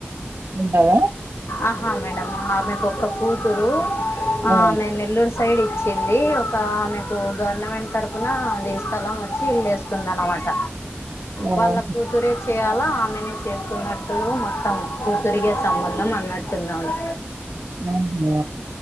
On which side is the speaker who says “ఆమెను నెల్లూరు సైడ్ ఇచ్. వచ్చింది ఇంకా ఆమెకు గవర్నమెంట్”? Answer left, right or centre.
Left